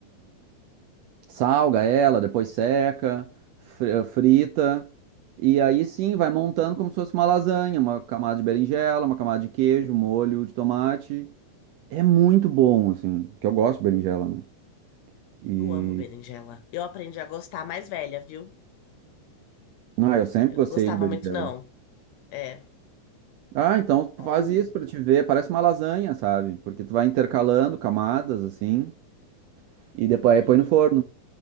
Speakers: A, on the right (about 80°); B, on the left (about 75°).
A: Salga ela, depois seca, fri- frita. E aí sim, vai montando como se fosse uma lasanha, uma camada de berinjela, uma camada de queijo, molho de tomate. É muito bom, assim, porque eu gosto de berinjela, né? E.
B: Eu amo berinjela. Eu aprendi a gostar mais velha, viu?
A: Não, eu sempre
B: Eu
A: gostei
B: não gostava
A: de berinjela.
B: muito, não. É.
A: Ah, então
B: Bom.
A: faz isso pra te ver. Parece uma lasanha, sabe? Porque tu vai intercalando camadas, assim, e depois aí
B: entendi.
A: põe no forno.